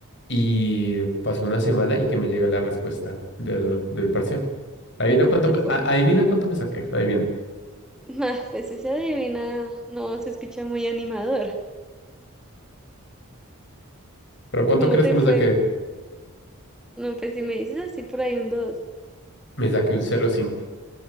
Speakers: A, on the left; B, in the centre.
A: Y pasó una semana y que me llega la respuesta del, del parcial. Adivina
B: ¿Y cómo
A: cuánto,
B: te
A: me-
B: fue?
A: a- adivina cuánto me saqué, adivina.
B: <laughs> Ah, pues esa adivina no se escucha muy animador.
A: ¿Pero cuánto
B: ¿Cómo
A: crees
B: te
A: que me
B: fue?
A: saqué?
B: No, pues si me dices así por ahí un dos.
A: Me saqué un cero coma cinco